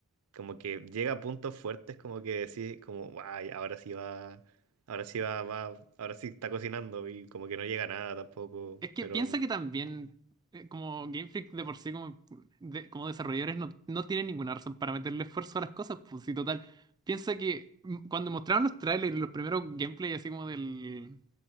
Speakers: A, on the right; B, on the right.
A: Como que llega a puntos fuertes como que decís como, guay, ahora sí va, ahora sí va, va, ahora sí está cocinando y como que no llega a nada tampoco,
B: Es que
A: pero
B: piensa que también, eh, como Game Freak de por sí, como, de- como desarrolladores, no, no tienen ninguna razón para meterle esfuerzo a las cosas, pues sí, total. Piensa que mm, cuando mostraron los trailers, los primeros gameplay así como del,